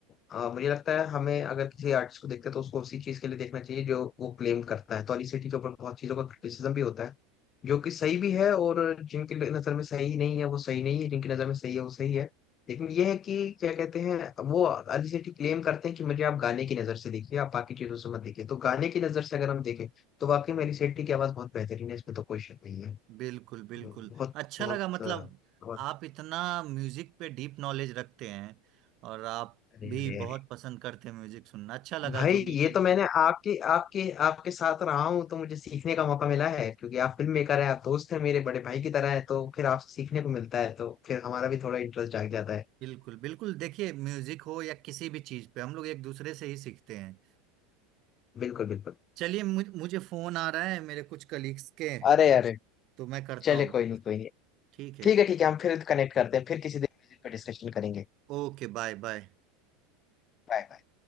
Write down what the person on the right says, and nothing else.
बिल्कुल बिल्कुल
अच्छा
लगा मतलब
आप इतना म्यूजिक पे डीप नॉलेज रखते हैं और आप
भी
बहुत पसंद करते हैं म्यूजिक सुनना अच्छा लगा
जो मेरे
बिल्कुल बिल्कुल देखिए म्यूजिक हो या किसी भी चीज पे हम लोग एक दूसरे से ही सीखते हैं
चलिए मुझ- मुझे फोन आ रहा है मेरे कुछ कलीग्स के
तो मैं करता
हूँ
बात
ठीक है
Okay bye bye